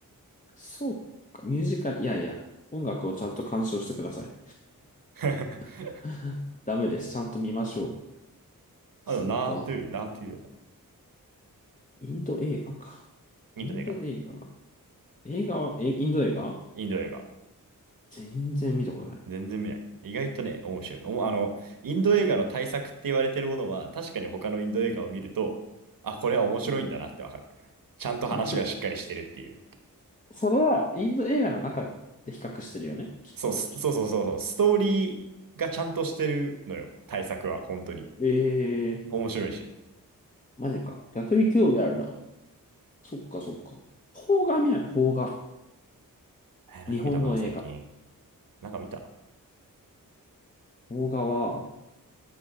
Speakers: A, on the left; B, on the right.
A: そうか、ミュージカル、いやいや、音楽をちゃんと鑑賞してください。
B: <laughs>
A: <laughs> ダメです。ちゃんと見ましょう。
B: あ、
A: そうか。
B: でも、ナートゥー、ナートゥーよかった。
A: インド映画か。
B: インド映画。
A: インド映画。映画は、え、インド映画
B: インド映画。
A: 全然見たことな
B: 全然見ない。意外とね、面白い。おもあの、インド映画の対策って言われてるものは、確かに他のインド映画を見ると、あ、これは面白いんだなってわかる。ちゃんと話がしっかりしてるっていう。
A: い。ちょ、それはインド映画の中で比較してるよね、きっと。
B: そう、すそうそうそうそう。ストーリーがちゃんとしてるのよ。対策は、本当に。
A: えー、
B: 面白いし。
A: マジか。逆に興味あるな。そっかそっか。邦画見ないの邦画。
B: えー何見たかな、
A: 日本の映画。
B: 最近。なんか見た
A: 邦画は、